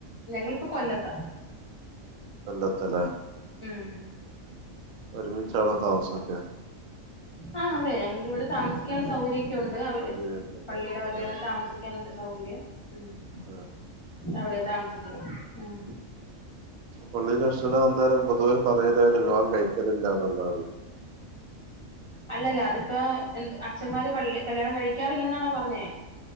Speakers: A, on the left (about 25°); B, on the right (about 80°).
A: ഞങ്ങളിപ്പോ കൊല്ലാത്ത
B: പന്നച്ചൻല്ലേ
A: ഉം ഉം
B: ഒരുമിച്ചാണോ താമസക്കേ
A: ആ അതെ ഞങ്ങക്ക് ഇവിടെ താമസിക്കാനുള്ള സൗകര്യ ക്കെ ഉണ്ട് അവര്
B: സൗകര്യണ്ടല്ലേ
A: പള്ളിയുടെ വകേ
B: ആ
A: താമസിക്കാനണ്ട് സൗകര്യ ഉ
B: ആ
A: അവിടെതാമ അ
B: പള്ളിലേ അച്ഛനാവും നേരം പൊതുവേ പറയൽ അവർ വിവാഹം കഴിക്കലില്ലാന്നുള്ളാതാണ്
A: അല്ലല്ല അതിപ്പോ എ അച്ഛന്മാര് കല്യാണം കഴിക്കാറില്ലെന്നാനെ പറഞ്ഞേ